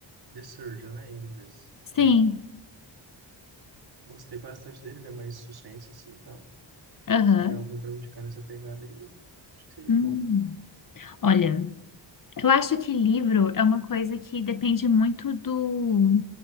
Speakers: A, on the right (about 55°); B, on the left (about 45°).
A: The Surgeon, né, em inglês.
B: Sim.
A: Aí gostei bastante dele, ele é mais suspense, assim, então.
B: Aham.
A: Se tiver algum pra me indicar nessa pegada aí, acho que seria
B: Hum.
A: bom.
B: Olha, eu acho que livro é uma coisa que depende muito do,